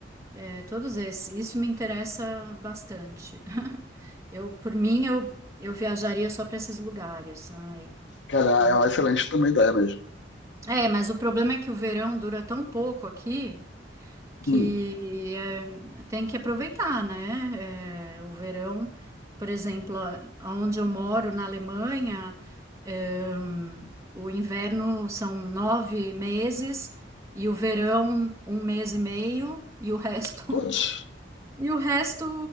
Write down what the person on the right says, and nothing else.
é, todos esses. Isso me interessa bastante. <laughs> Eu, por mim, eu, eu viajaria só para esses lugares. Ai,
muito...
É, mas o problema é que o verão dura tão pouco aqui que
eh, tem que aproveitar, né? Eh, o verão, por exemplo, a- aonde eu moro na Alemanha, eh, o inverno são nove meses e o verão um mês e meio e o resto <laughs>
e o resto